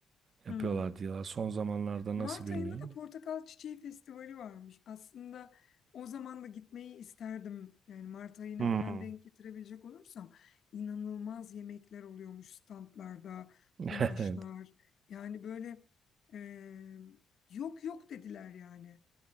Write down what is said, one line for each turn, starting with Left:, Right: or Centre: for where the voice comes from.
Right: yapıyorlar
Left: Hmm.
Right: diyorlar. Son zamanlarda
Left: Mart
Right: nasıl bilmiyorum.
Left: ayında da Portakal Çiçeği Festivali varmış. Aslında o zaman da gitmeyi isterdim. Yani Mart ayına
Right: Hmm.
Left: falan denk getirebilecek olursam inanılmaz yemekler oluyormuş standlarda,
Right: <laughs>
Left: kumaşlar. Yani böyle eee, yok yok dediler yani.